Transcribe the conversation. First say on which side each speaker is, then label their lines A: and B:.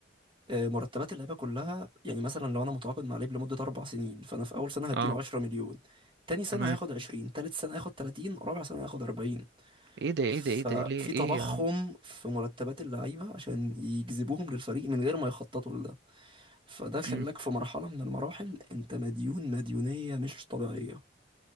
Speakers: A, on the right (about 30°); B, on the right (about 65°).
A: آه، مرتبات اللعيبه كلها يعني مثلا لو انا متعاقد مع لعيب لمده اربع سنين فانا في اول سنه هديله
B: اه
A: 10 مليون تاني سنه
B: تمام
A: هياخد 20 تالت سنه هياخد 30 رابع سنه هياخد 40
B: ايه ده ايه
A: ففي
B: ده ايه ده ليه ايه
A: تضخم
B: يا عم
A: في مرتبات اللعيبه عشان يجذبوهم للفريق من غير ما يخططوا لده فده خلاك
B: امم
A: في مرحله من المراحل انت مديون مديونيه مش طبيعيه